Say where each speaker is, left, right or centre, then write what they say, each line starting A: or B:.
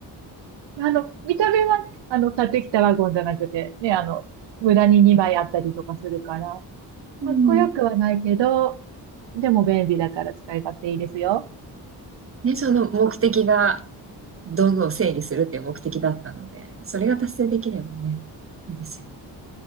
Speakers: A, on the right (about 85°); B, on the right (about 30°).
A: あの、見た目はね、あの、買ってきたワゴンじゃなくて、ね、あの、無駄に2枚あったりとかするから、
B: うん
A: かっこよくはないけど、でも便利だから使い勝手いいですよ。
B: ね、その目的が道具を整理するっていう目的だったので、それが達成できればね、いいですよね。